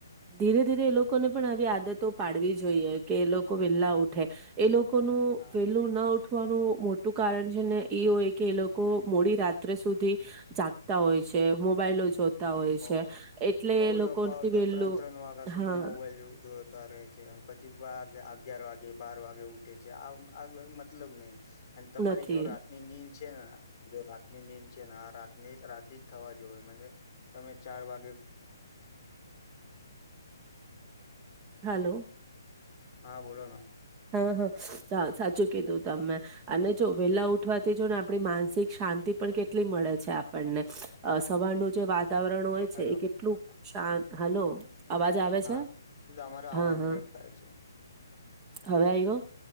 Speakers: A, on the right; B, on the left.
A: ધીરે ધીરે એ લોકોને પણ આવી આદતો પાડવી જોઈએ કે લોકો. વેલા ઉઠે એ લોકો. કો
B: હા
A: વેલું ના. વાનું મોટું કારણ છે ને એ હોય કે એ લોકો મોડી રાત્રે સુધી જાગતા હોય છે મોબાઈલો. જોતા હોય
B: બહ
A: છે એટલે
B: બઉ
A: એ લોકોથી
B: લોકો આવ તો
A: વહેલું
B: ત્રણ ત્રણ વાગ્યા સુધી
A: હા
B: મોબાઈલ જોતા રહે છે પછી. તે વાગ અગિયાર વાગે બાર વાગે ઉઠે છે. આ આ મતલબ નહી. અને તમારી
A: નથી
B: જો રાતની નીંદ છે ને જો રાતની નીંદ છે ને આ રાત ની રાતી જ થવા જોએ તમે ચાર વાગે
A: હલો.
B: હા બોલો ના.
A: હા હા સા સાચું કીધું તમે. અને જો વેલા ઉઠવાથી જો ને આપણી માનસિક શાંતિ પણ કેટલી મળે છે આપણને. સવારનું જે વાત વાતાવરણ હોય
B: હેલો
A: છે એ કેટલું શાંત હલો અવાજ આવે
B: હા
A: છે?
B: તમારો
A: હા,
B: અવાજ
A: હા.
B: બ્રેક થાય છે.
A: હવે આઇવું.